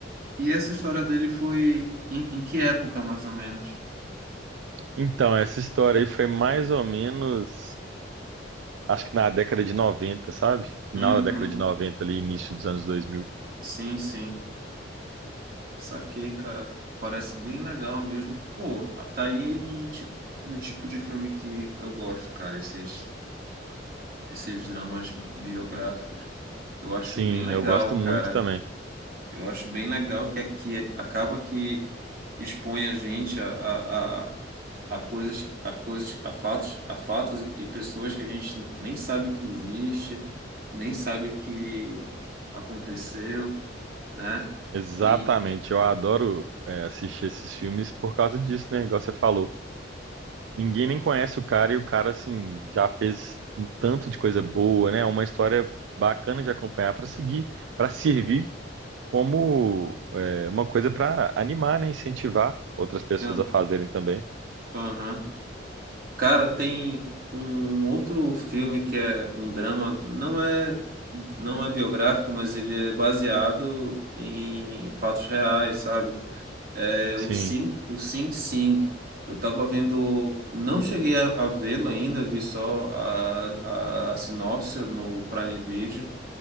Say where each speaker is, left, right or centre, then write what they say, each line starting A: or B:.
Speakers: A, on the right; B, on the right.
A: E essa história dele foi em, em que época, mais ou menos?
B: Então essa história aí foi mais ou menos acho que na década de noventa sabe? Final
A: Uhum.
B: da década de 90 ali, início dos anos dois mil
A: Sim, sim. Saquei, cara. Parece bem legal mesmo. Pô, tá aí um tipo, um tipo de filme que eu gosto, cara. Esses, esses dramas biográficos. Eu acho
B: Sim,
A: bem legal,
B: eu gosto
A: cara.
B: muito também.
A: Eu acho bem legal que, que acaba que expõe a gente a, a, a a coisas, a coisas, a fatos, a fatos e pessoas que a gente nem sabe que existe, nem sabe que aconteceu, né?
B: Exatamente,
A: E
B: eu adoro é, assistir esses filmes por causa disso, né? Igual você falou. Ninguém nem conhece o cara e o cara, assim, já fez um tanto de coisa boa, né? É uma história bacana de acompanhar para seguir, para servir como é, uma coisa para animar, né? Incentivar outras pessoas
A: aham,
B: a fazerem também.
A: aham. Cara, tem um outro filme que é um drama, não é não é biográfico, mas ele é baseado em fatos reais, sabe? É,
B: Sim.
A: o Sing, o Sing Sing. Eu tava vendo, não cheguei a, a vê-lo ainda, vi só a, a sinopse no Prime Video.